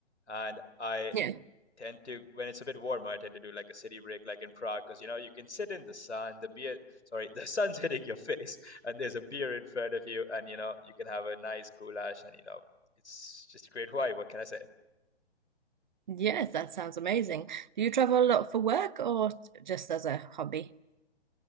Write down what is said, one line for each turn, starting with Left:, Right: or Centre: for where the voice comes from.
Left: And I
Right: Yeah.
Left: tend to when it's a bit warmer, I tend to do like a city break like in Prague because you know you can sit in the sun, the beer sorry, <laughs> the sun's hitting your face and there's a beer in front of you and you know you can have a nice goulash and you know it's just a great wine. What can I say?
Right: Yes, that sounds amazing. Do you travel a lot for work or just as a hobby?